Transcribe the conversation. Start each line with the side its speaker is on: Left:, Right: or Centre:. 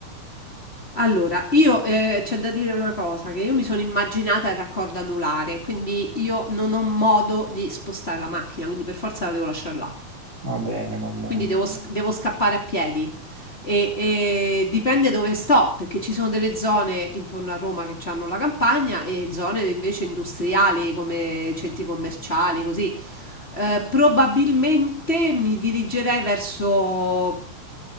Left: Allora, io eh, c'è da dire una cosa, che io mi sono immaginata il raccordo anulare, quindi io non ho modo di spostare la macchina, quindi per forza la devo lasciare là.
Right: Va bene, va
Left: Quindi
Right: bene.
Left: devo, sc- devo scappare a piedi. E, e dipende dove sto, perché ci sono delle zone intorno a Roma che hanno la campagna e zone invece industriali come centri commerciali, così. Eh, probabilmente mi dirigerei verso,